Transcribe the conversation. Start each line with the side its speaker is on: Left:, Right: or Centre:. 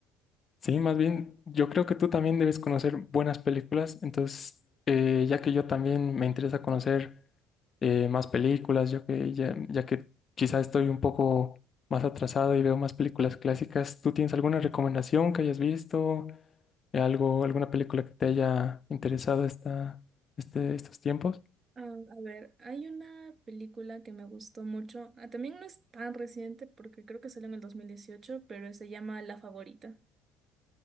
Left: Sí, más bien, yo creo que tú también debes conocer buenas películas, entonces, eh, ya que yo también me interesa conocer eh, más películas, yo que ya, ya que quizá estoy un poco más atrasado y veo más películas clásicas, ¿tú tienes alguna recomendación que hayas visto? Eh, algo, alguna película que te haya interesado esta, este, estos tiempos?
Right: Ah, a ver, hay una película que me gustó mucho, ah, también no es tan reciente porque creo que salió en el dos mil dieciocho pero se llama La Favorita.